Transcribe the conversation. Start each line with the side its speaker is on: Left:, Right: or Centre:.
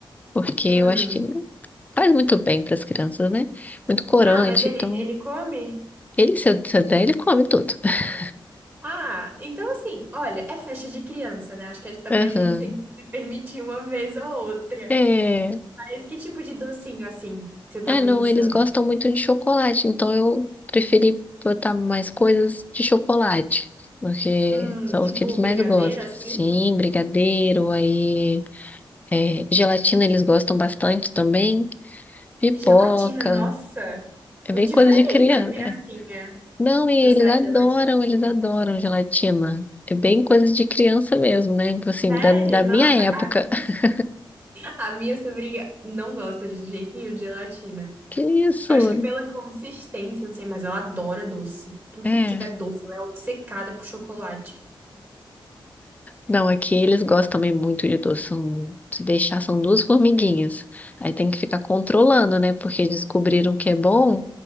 Left: porque
Right: Hum.
Left: eu acho que não faz muito bem para as crianças, né? Muito corante,
Right: Ah, mas ele,
Left: então
Right: ele come?
Left: ele se eu se eu der, ele come tudo. <laughs>
Right: Ah, então assim, olha, é festa de criança, né? Acho que a também
Left: Aham.
Right: a gente tem que se permitir uma vez ou outra.
Left: É,
Right: Mas que tipo de docinho, assim, você tá
Left: é,
Right: pensando?
Left: não, eles gostam muito de chocolate, então eu preferi botar mais coisas de chocolate, porque
Right: Hum,
Left: são
Right: tipo
Left: os que eles mais
Right: brigadeiro,
Left: gostam.
Right: assim?
Left: Sim, brigadeiro, aí É, gelatina eles gostam bastante também. Pipoca.
Right: Gelatina, nossa,
Left: É
Right: muito
Left: bem
Right: diferente
Left: coisa de criança.
Right: uma criancinha
Left: é. Não, e eles
Right: gostar
Left: adoram,
Right: de gelatina assim.
Left: eles adoram gelatina. É bem coisa de criança mesmo, né? Tipo Assim,
Right: Sério,
Left: da, da
Right: nossa,
Left: minha época.
Right: a minha,
Left: <laughs>
Right: a minha sobrinha não gosta de jeito nenhum de gelatina.
Left: Que isso?
Right: Eu acho que pela consistência, não sei, mas ela adora doce. Tudo
Left: É.
Right: que tiver doce, ela é obcecada por chocolate.
Left: Não, aqui eles gostam também muito de doce. São, se deixar, são duas formiguinhas. Aí tem que ficar controlando, né? Porque descobriram que é bom,